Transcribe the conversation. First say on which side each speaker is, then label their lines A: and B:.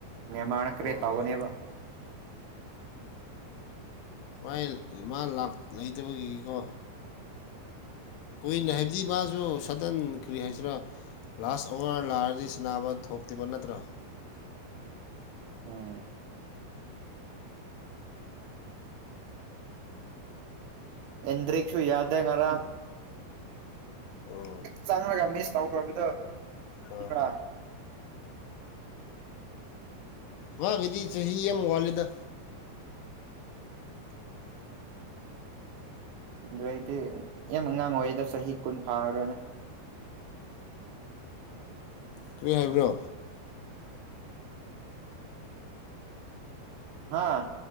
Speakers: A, on the right; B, on the left.
A: ꯅꯦꯔꯃꯅ
B: ꯍꯣꯏ
A: ꯀ꯭ꯔꯤ ꯇꯧꯒꯅꯦꯕ
B: ꯍꯣꯏ ꯍꯥꯏ ꯏꯃ ꯂ ꯂꯩꯇꯕꯒꯤꯀꯣ ꯀꯨꯏꯅ ꯍꯥꯏꯕꯗꯤ ꯃꯥꯁꯨ ꯁꯗꯟ ꯀꯔꯤ ꯍꯥꯏꯁꯤꯔꯥ ꯂꯥꯁ ꯑꯋꯥꯔ ꯂꯥꯛꯔꯗꯤ ꯁꯤꯅꯥꯕ ꯊꯣꯛꯇꯕ ꯅꯠꯇ꯭ꯔꯣ
A: ꯎꯝ ꯏꯟꯗ꯭ꯔꯔꯤꯛꯁꯨ ꯌꯥꯗꯦ ꯉꯔꯥꯛ
B: ꯑꯣ
A: ꯆꯪꯪꯂꯒ ꯃꯤꯁ ꯇꯧꯈ꯭ꯔꯕꯗꯣ ꯈꯪꯕ꯭ꯔꯥ
B: ꯍꯣꯏ ꯍꯣꯏ ꯃꯥꯒꯤꯗꯤ ꯆꯍꯤ ꯑꯃ ꯋꯥꯠꯂꯦꯗ
A: ꯑꯗꯨꯗꯩꯩꯗꯤ ꯌꯥꯝ ꯑꯉꯥꯡ ꯑꯣꯏꯔꯤꯗ ꯆꯍꯤ ꯀꯨꯟ ꯐꯥꯔꯔꯣꯏꯅꯦ
B: ꯀꯔꯤꯏ ꯍꯥꯏꯕ꯭ꯔꯣ
A: ꯍꯥꯥ